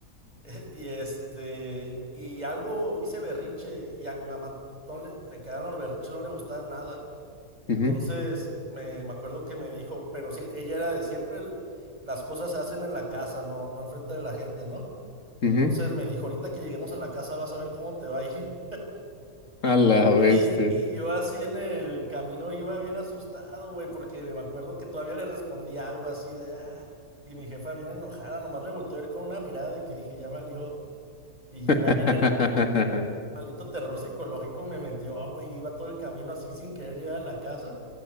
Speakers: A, on the right (about 30°); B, on the left (about 60°).
A: <laughs> y este, y algo hice berrinche y a mi mamá no le, le quedaron los berrinches, no le gustaban nada. Entonces,
B: ujú, ujú,
A: me, me acuerdo que me dijo, pero sí, ella era de siempre el- las cosas se hacen en la casa, no, no enfrente de la gente, ¿no? Entonces
B: ujú.
A: me dijo, ahorita que lleguemos a la casa vas a ver cómo te va a ir.
B: A la
A: Y,
B: bestia.
A: y yo así en el camino iba bien asustado, güey, porque me acuerdo que todavía le respondí algo así de, ah, y mi jefa bien enojada, nomás me volteó a ver con una mirada de que dije, ya valió. Y
B: <laughs>
A: iba bien el pi- maldito terror psicológico me metió, güey, yo iba todo el camino así sin querer llegar a la casa.